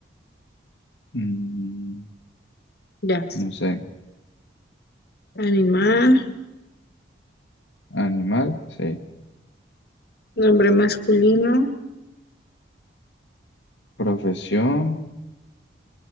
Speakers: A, on the left (about 75°); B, on the left (about 60°).
A: mm,
B: ya.
A: no sé.
B: Animal,
A: Animal, sí.
B: nombre masculino.
A: Profesión,